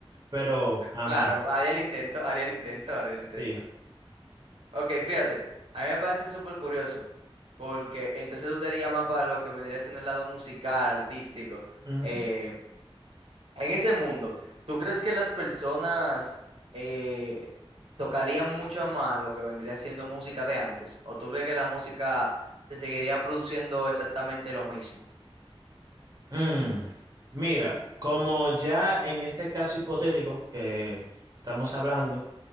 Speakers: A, on the right; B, on the right.
A: Pero, ajá,
B: Claro, haría el intento, haría el intento, haría el intento.
A: sí.
B: Ok, fíjate, a mí me parece súper curioso, porque entonces tú te harías más para lo que vendría siendo el lado musical, artístico.
A: Ujú.
B: Eh, en ese mundo, ¿tú crees que las personas eh, tocarían mucho más lo que vendría siendo música de antes? ¿O tú crees que la música se seguiría produciendo exactamente lo mismo?
A: Mm, Mira, como ya en este caso hipotético que estamos hablando,